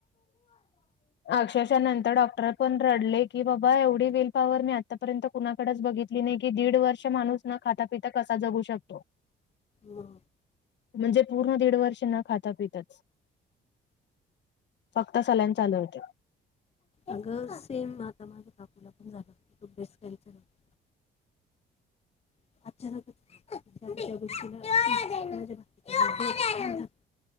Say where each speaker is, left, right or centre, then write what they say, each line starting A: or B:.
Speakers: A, on the left; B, on the left.
A: अक्षरशः नंतर डॉक्टर पण रडलीत‌. की बाबा एवढी वेल पावर मी आतापर्यंत कुणाकडं बघितली नाही की दीड वर्ष माणूस न खातापिता कसा जगू शकतो. हं
B: मग
A: म्हणजे पूर्ण दीड वर्ष, न खाता पिताच. फक्त सलाईन चालु होते.
B: अगं सेम आता माझ्या काकूला पण झालं होतं. <unintelligible> अचानकच <unintelligible>